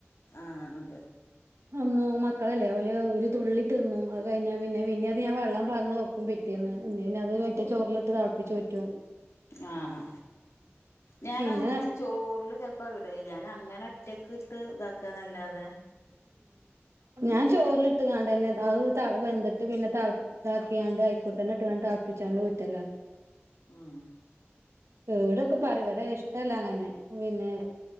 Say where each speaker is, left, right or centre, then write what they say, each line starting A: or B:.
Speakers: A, on the left; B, on the right.
A: ആ അതെ.
B: ഒന്നു മക്കളല്ലേ ഓല് ഒര് തുള്ളി തിന്നും അത് കഴിഞ്ഞാ പിന്നെ പിന്നെ അത് ഞാൻ വെള്ളം പാർന്ന് വെ ക്കും പിറ്റേന്ന് പിന്നെ പിന്ന അത് മറ്റെ ചോറിലിട്ട് തെളപ്പിച്ച് ഊറ്റും.
A: ആഹ് അ ഞാന്
B: പിന്നെ
A: അങ്ങനെ ചോറില് ചെ പ്പ ഇടലില്ല ഞാൻ അങ്ങനെ ഒറ്റക്ക് ഇട്ട്താക്കാന്നല്ലാതെ
B: ആ ഞാൻ ചോറിലിട്ട് കാണ്ട്ന്നെ അത് തെള വെന്തിട്ട് പിന്നെ തെ ഇതാക്കിങ്ങാണ്ട് അയ്ക്കൂട്ത്തെന്നെ ഇട്ട്ങ്ങാണ്ട് തളപ്പിച്ചാണ്ടൂറ്റലാ
A: ആഹ്
B: കേടൊക്കെ പറയും ഇവ്ടെ ഇഷ്ട്ടല്ല അങ്ങനെ പിന്നെ